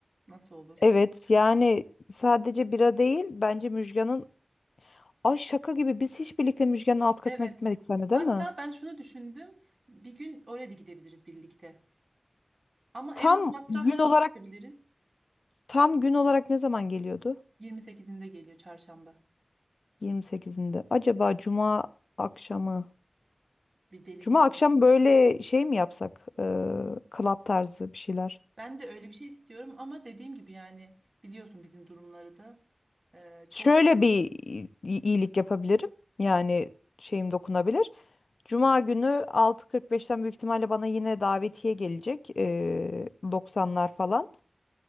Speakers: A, on the right; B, on the left.
A: Nasıl olur?
B: Evet yani sadece bira değil bence Müjgan'ın Ay şaka gibi biz hiç birlikte Müjgan'ın alt katına
A: Evet.
B: gitmedik seninle değil
A: Hatta
B: mi?
A: ben şunu düşündüm. Bir gün oraya da gidebiliriz birlikte. Ama
B: Tam
A: en az masrafla
B: gün
A: nasıl
B: olarak
A: çıkabiliriz?
B: tam gün olarak ne zaman geliyordu?
A: 28'inde geliyor çarşamba.
B: 28'inde. Acaba cuma akşamı?
A: Bir delilik
B: Cuma akşam
A: mi?
B: böyle şey mi yapsak? Ee, club tarzı bir şeyler.
A: Ben de öyle bir şey istiyorum ama dediğim gibi yani biliyorsun bizim durumları da e,
B: Şöyle
A: çok
B: bir i- iyilik yapabilirim. Yani şeyim dokunabilir. Cuma günü 6.45'ten büyük ihtimalle bana yine davetiye gelecek. Ee, 90'lar falan.